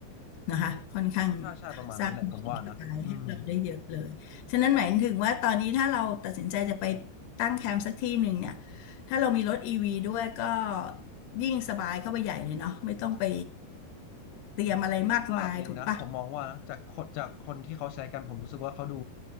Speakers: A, on the left; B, on the left.
A: นะคะค่อนข้าง
B: ใช่ใช่ประมาณนั้นแหละผมว่านะอืม
A: สร้างความท้าทายให้เราได้เยอะเลยฉะนั้นหมายถึงว่าตอนนี้ถ้าเราตัดสินใจจะไปตั้งแคมป์สักที่หนึ่งเนี่ยถ้าเรามีรถอีวีด้วยก็ยิ่งสบายเข้าไปใหญ่เลยเนาะไม่ต้องไปเตรียมอะไรมากมายถูกปะ
B: ระดับหนึ่งนะผมมองว่านะจากคนจากคนที่เขาใช้กันผมรู้สึกว่าเขาดู